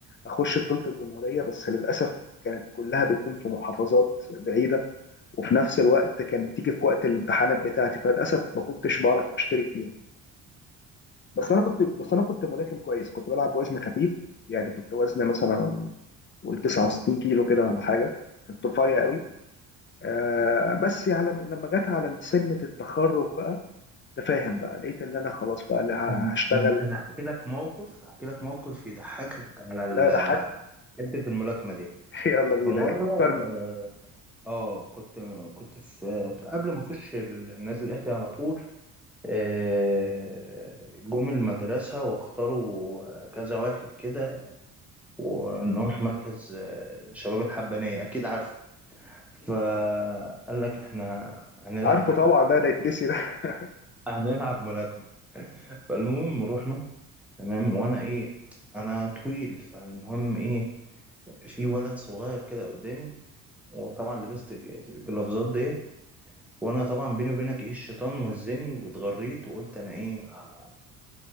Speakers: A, on the left; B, in the centre.
A: أخش بطولة الجمهورية بس للأسف كانت كلها بتكون في محافظات بعيدة وفي نفس الوقت كان بتيجي في وقت الامتحانات بتاعتي فللأسف ما كنتش بعرف أشترك فيها بس أنا كنت بس أنا كنت ملاكم كويس كنت بلعب بوزن خفيف يعني كنت وزن مثلا قول 69 كيلو كده ولا حاجة كنت رفيع قوي آه بس على لما لما جت على سنة التخرج بقى تفاهم بقى لقيت اللي أنا خلاص بقى اللي هشتغل
B: أنا أنا- أنا هحكي لك موقف هحكي لك موقف يضحكك على ال-
A: لا ده حد
B: حتة الملاكمة دي
A: <laughs> يلا بينا
B: في مرة
A: إيه، فكرني
B: آه آه، كنت كنت في قبل ما أخش ال- نادي الأهلي على طول آه جم المدرسة واختاروا كذا واحد كده ونروح مركز آه، شباب الحبانية أكيد عارفه فقال لك إحنا هنلعب
A: عارفه طبعا ده ده يتنسي ده <laughs>
B: هنلعب ملاكمة فالمهم رحنا تمام وانا ايه انا طويل فالمهم ايه في ولد صغير كده قدامي وطبعا لبست الج- الجلافزات ديت وانا طبعا بيني وبينك ايه الشيطان وزني واتغريت وقلت انا ايه ه-